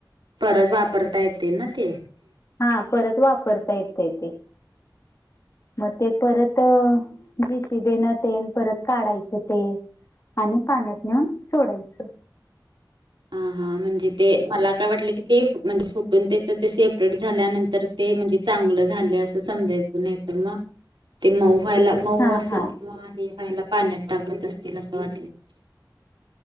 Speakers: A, on the right; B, on the left.
A: परत वापरता येतय ना ते.
B: हां परत वापरता येतय ते. मग ते परत जीशिबेन तेन परत काढायचं ते. आणि पाण्यात नेऊन सोडायचं.
A: हां हां, म्हणजे ते मला काय वाटलं? ते म्हणजे फुटून तेच ते सेपरेट झाल्यानंतर ते म्हणजे चांगलं झालय असं समजायचं नाही. मग ते मऊ. व्हायला मऊ
B: हां
A: असे
B: हां
A: किंवा हे व्हायला पाण्यात टाकत असतील असं वाटलं.